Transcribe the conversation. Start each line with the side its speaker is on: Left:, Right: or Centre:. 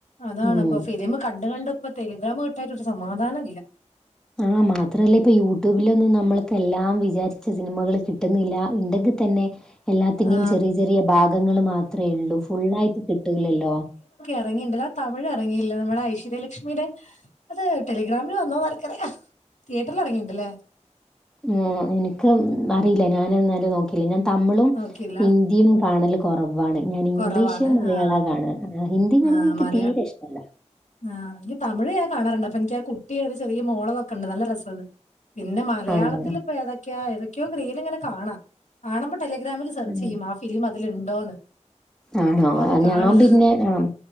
Left: അതാണപ്പോ
Centre: ഉം
Left: ഫിലിം കണ്ട് കണ്ട് ഇപ്പോ ടെലഗ്രാമ് തട്ടിയിട്ട് ഒരു സമാധാനം ഇല്ല.
Centre: ആഹ് മാത്രല്ല ഇപ്പൊ യൂട്യൂബിലൊന്നും നമ്മൾക്ക് എല്ലാം വിചാരിച്ച സിനിമകൾ കിട്ടുന്നില്ല എ തന്നെ എല്ലാത്തിന്റെയും
Left: ആ
Centre: ചെറിയ ചെറിയ ഭാഗങ്ങൾ മാത്രേയുള്ളൂ. ഫുള്ളായിട്ട് കിട്ടൂലല്ലോ.
Left: ഇറങ്ങിണ്ടല്ലോ തമിഴ് ഇറങ്ങയല്ലൊ നമ്മുടെ ഐശ്വര്യലക്ഷ്മിയുടെ അത് ടെലഗ്രാമിൽ വന്നോ എന്ന് ആർക്ക് അറിയാം തിയേറ്ററിൽ ഇറങ്ങിണ്ടല്ലേ.
Centre: ഉം എനിക്ക് അറിയില്ല ഞാന്‌ ഇന്നലെ നോക്കിയേ ഞാൻ തമിഴും
Left: നോക്കിയില്ല.
Centre: ഹിന്ദിയും
Left: ഉം.
Centre: കാണല് കുറവാണ് ഞാൻ ഇംഗ്ലീഷും
Left: കൊറവാണ്.
Centre: മലയാളവാ
Left: ആഹ്.
Centre: കാണാ ഹിന്ദി കാണുന്നത്
Left: ആഹ്
Centre: എനിക്ക്
Left: മലയാ
Centre: തീരെ ഇഷ്ട തന്നെ.
Left: ആഹ് തമിഴ് ഞാൻ കാണാറുണ്ട് അപ്പോ എനിക്ക് ആഹ് കുട്ടിയെ ഒരു ചെറിയ മോളതൊക്കെണ്ട് നല്ല രസാത്. പിന്നെ മലയാളത്തില്
Centre: ആണോ?
Left: ഇപ്പോ ഏതൊക്കെയാ ഏതൊക്കെയോ റീല് ഇങ്ങനെ കാണാം കാണുമ്പോ ടെലഗ്രാമില് സെർച്ച്
Centre: ഉം.
Left: ചെയ്യും ആഹ് ഫിലിം അതിലുണ്ടോന്ന്.
Centre: ആണോ
Left: ഇപ്പൊ അത് കാണാം.
Centre: ഞാൻ പിന്നെ ആഹ്